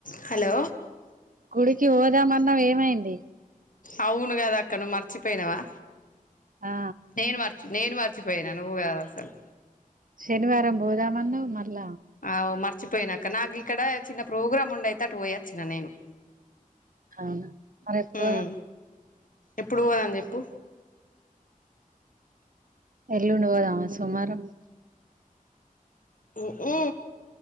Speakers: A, on the left (about 65°); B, on the right (about 70°).
A: హలో
B: గుడికి పోదాం అన్నావ్ ఏమైంది?
A: అవును కదా అక్క నువ్వు మర్చిపోయినావా
B: ఆ
A: నేను మర్చి నేను మర్చిపోయానా నువ్వు కాదు అసలు
B: శనివారం పోదాంన్నావ్ మల్ల
A: అవు మర్చిపోయానాక నాకు ఇక్కడ చిన్న ప్రోగ్రామ్ ఉండె అయితే అటు పోయాచ్చిన నేను
B: ఆవున మరి ఎప్పుడు
A: ఉమ్
B: పోదాం?
A: ఎప్పుడు పోదాము చెప్పు
B: ఎల్లుండి పోదామా సోమవారం
A: ఊఉ